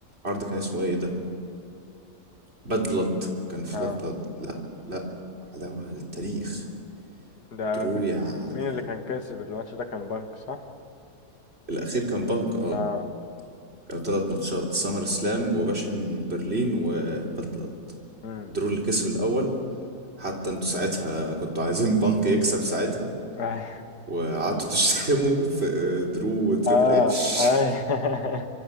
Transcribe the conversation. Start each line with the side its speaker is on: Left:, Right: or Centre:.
Right: عرض كان اسمه ايه ده باد بلاد كان في
Left: آه
Right: باد بلاد لا لا عداوة للتاريخ
Left: ده
Right: ودرو
Left: مي...
Right: يعني
Left: مين اللي كان كاسب الماتش ده كان بنك صح؟
Right: الأخير كان بنك اه
Left: آه
Right: كانوا تلات ماتشات سامر سلام وباشن برلين وباد بلاد
Left: امم
Right: درو اللي كسب الأول حتى انتوا ساعتها كنتوا عايزين بانك يكسب ساعتها
Left: <laughs> آه
Right: وقعدتوا تشتموا في درو وتريبل
Left: آه
Right: اتش <laughs>
Left: <laughs>